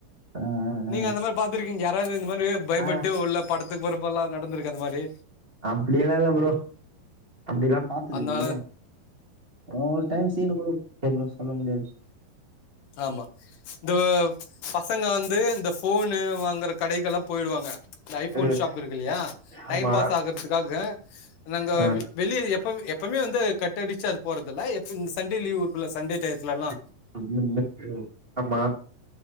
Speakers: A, on the right; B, on the left.
A: ஆ
B: நீங்க
A: ஆ
B: அந்த மாரி பாத்துருக்கீங்க யாராவது இந்த மாரியே பயப்பட்டு
A: ஆ
B: உள்ள படத்துக்கு பொறப்ப எல்லா நடந்திருக்கு இந்த மாதிரி
A: அப்டியலா இல்ல ப்ரோ அப்டிலா பாத்தது
B: அதனால
A: இல்லையே ஒரு டைம் சீனு <unintelligible> சொல்ல முடியாது
B: ஆமா இந்த பசங்க வந்து இந்த ஃபோனு வாங்கற கடைகளா போயிடுவாங்க இந்த ஐ ஃபோன்
A: ம்
B: ஷாப் இருக்கு இல்லையா டைம்
A: ஆமா
B: பாஸ் ஆகறதுக்காக நாங்க
A: ஆ
B: வீ வெளிய எப்போ எப்பவுமே வந்து கட்டடிச்சி அது போறதில்ல எப்போ இந்த சண்டே லீவ் இருக்குல்ல சண்டே டயத்துல எல்லா
A: <unintelligible> ஆமா